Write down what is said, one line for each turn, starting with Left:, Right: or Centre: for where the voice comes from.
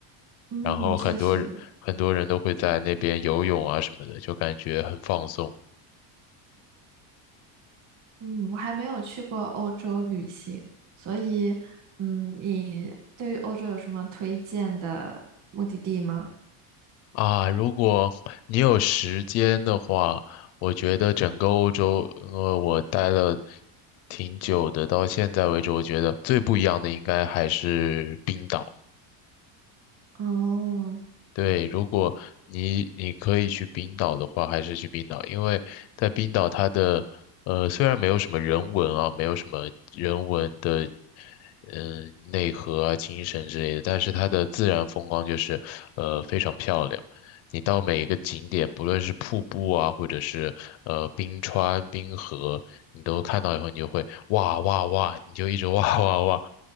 Right: 嗯，
Left: 然后很多人很多人都会在那边游泳啊什么的，
Right: 确实，
Left: 就感觉很放松
Right: 嗯，我还没有去过欧洲旅行，所以，嗯，你对于欧洲有什么推荐的目的地吗？
Left: 啊。如果你有时间的话，我觉得整个欧洲，呃，我待了挺久的，到现在为止，我觉得最不一样的应该还是冰岛。
Right: 哦，
Left: 对，如果你你可以去冰岛的话，还是去冰岛，因为在冰岛它的呃虽然没有什么人文啊，没有什么人文的嗯、内核啊、精神之类的，但是它的自然风光就是呃非常漂亮。你到每一个景点，不论是瀑布啊，或者是呃冰川、冰河，你都看到以后，你就会哇哇哇，你就一直 <laughs> 哇哇哇。